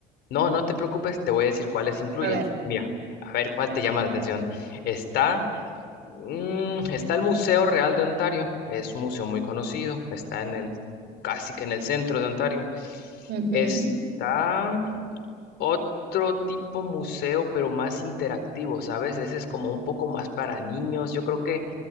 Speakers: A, on the left; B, on the right.
A: No, no te preocupes, te voy a decir cuáles incluye.
B: A ver,
A: Mira, a ver cuál te llama la atención. Está, mm, está el Museo Real de Ontario, es un museo muy conocido, está en el, casi que en el centro de Ontario.
B: ujú,
A: Está otro tipo museo, pero más interactivo, ¿sabes? Ese es como un poco más para niños. Yo creo que,